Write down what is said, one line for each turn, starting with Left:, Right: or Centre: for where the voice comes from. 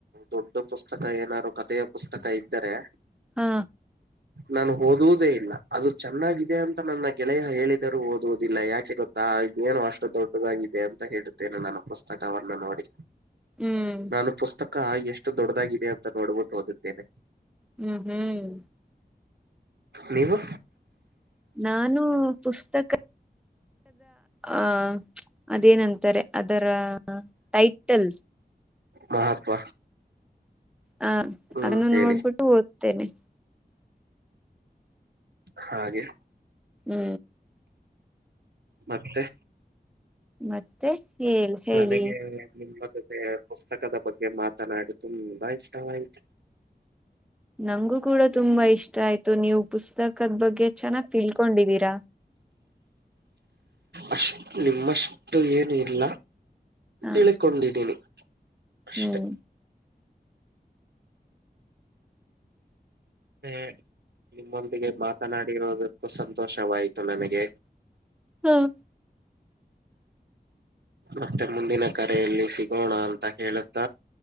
Right: ದೊಡ್ಡ ಪುಸ್ತಕ ಏನಾರು ಕಥೆಯ ಪುಸ್ತಕ ಇದ್ದರೆ
Centre: ಹಾ
Right: ನಾನು ಓದುವುದೇ ಇಲ್ಲ ಅದು ಚೆನ್ನಾಗ ದೆ ಅಂತ ನನ್ನ ಗೆಳೆಯ ಹೇಳಿದರೂ ಓದುವುದಿಲ್ಲ ಯಾಕೆ ಗೊತ್ತಾ ಏನುೋ ಅಷ್ಟು ದೊಡ್ಡದ ಇ ಅಂತ ಹೇಳುತ್ತೇನೆ ನನ್ನ ಪುಸ್ತಕವನ್ನು ನೋಡಿ
Centre: ಹ್ಮ್
Right: ನಾನು ಪುಸ್ತಕ ಅಕ್ಕ ಎಷ್ಟು ದೊಡ್ಡದಾಗಿದೆ ಅಂತ ನೋಡ್ಬಿಟ್ಟು ಓದುತ್ತೇನೆ
Centre: ಹ್ಮ್ ಹ್ಮ್
Right: ನೀವು
Centre: ನಾನು ಪುಸ್ತಕದ ಅ ಅದೇನಂತಾರೆ ಅದರ ಟೈಟಲ್
Right: ಮಹತ್ವ
Centre: ಹ
Right: ಹ್ಮ್
Centre: ಅದನ್ನು
Right: ಹೇಳಿ
Centre: ನೋಡ್ಬಿಟ್ಟು ಓದ್ತೇನೆ
Right: ಹಾಗೆ
Centre: ಹ್ಮ್
Right: ಮತ್ತೆ
Centre: ಮತ್ತೆ ಹೇಳಳ್ ಹೇಳಿ
Right: ನನಗೆ ನಿಮ್ಮ ಜೊತೆ ಪುಸ್ತಕದ ಬಗ್ಗೆ ಮಾತನಾಡಿ ತುಂಬಾ ಇಷ್ಟವಾಯತು
Centre: ನಂಗು ಕೂಡ ತುಂಬಾ ಇಷ್ಟ ಆಯ್ತು ನೀವು ಪುಸ್ತಕದ ಬಗ್ಗೆ ಚೆನ್ನಾಗ್ ತಿಳ್ಕೊಂಡಿದ್ದೀರಾ
Right: ಅಷ್ಟ ನಿಮ್ಮಷ್ಟು ಏನ ಇಲ್ಲ
Centre: ಹ
Right: ತಿಳ್ಕೊಂಡಿದ್ದೀನಿ ಅಷ್ಟೆ
Centre: ಹ್ಮ್
Right: ಹ್ಮ್ ನಿಮ್ಮೊಂದಿಗೆ ಮಾತನಾಡಿರೋದಕ್ಕೂ ಸಂತೋಷವಾಯತು ನನಗೆ
Centre: ಹ್ಮ್
Right: ಮತ್ತೆ ಮುಂದಿನ ಕರೆಯಲ್ಲಿ ಸಿಗೋಣ ಅಂತ ಹೇಳುತ್ತ